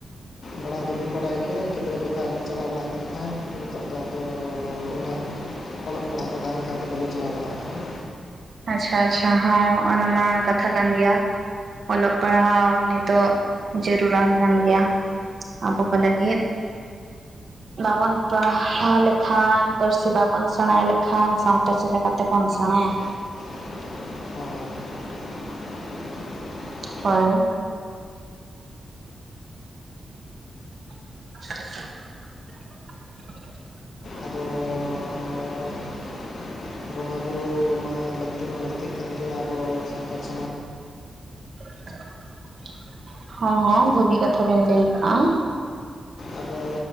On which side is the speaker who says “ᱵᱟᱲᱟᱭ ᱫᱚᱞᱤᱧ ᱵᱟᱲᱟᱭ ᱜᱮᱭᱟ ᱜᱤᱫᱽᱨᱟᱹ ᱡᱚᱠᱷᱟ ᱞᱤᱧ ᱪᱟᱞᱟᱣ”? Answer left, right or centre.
Left